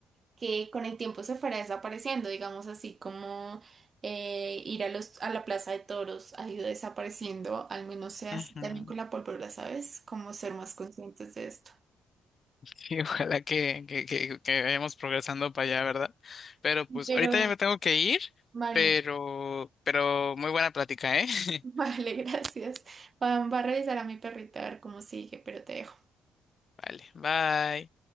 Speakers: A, on the right; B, on the left.
A: que con el tiempo se fuera desapareciendo, digamos así como eh, ir a los, a la plaza de toros ha ido desapareciendo, al menos sea
B: Ujú.
A: así también con la pólvora, ¿sabes? Como ser más conscientes de esto.
B: <laughs> Y ojalá que, que, que, que vayamos progresando para allá, ¿verdad? Pero pues
A: Pero,
B: ahorita ya me tengo que ir,
A: vale,
B: pero, pero muy buena plática, ¿eh? <laughs>
A: <laughs> vale, gracias. Va, va a revisar a mi perrita a ver cómo sigue, pero te dejo.
B: Vale, bye.